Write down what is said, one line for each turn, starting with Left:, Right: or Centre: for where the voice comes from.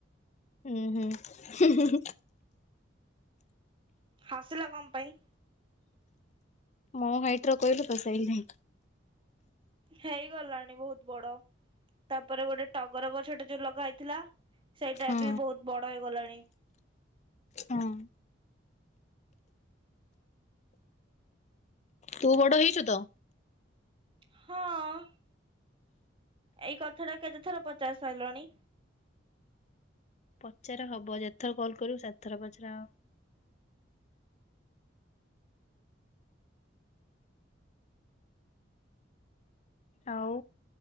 Left: ହୁଁ ହୁଁ।
Right: ହସିଲ କଁ ପାଇଁ?
Left: ମୋ ହାଇଟ ର କହିଲୁ ତ ସେଇ ପାଇଁ।
Right: ହେଇଗଲାଣି ବହୁତ ବଡ ତାପରେ ଗୋଟେ ଟଗର ଗଛଟେ ଯୋଉ ଲଗା ହେଇଥିଲା ସେଇଟା
Left: ହଁ
Right: ବି ବହୁତ ବଡ ହେଇଗଲାଣି।
Left: ହଁ ତୁ ବଡ ହେଇଛୁ ତ।
Right: ହଁ। ଏଇ କଥା ଟା କେତେ ଥର ପଚାରି ସାରିଲଣି?
Left: ପଚାର ହବ ଯେତଥର କଲ୍ କରିବୁ ସେତଥର ପଚାର ହବ। ଆଉ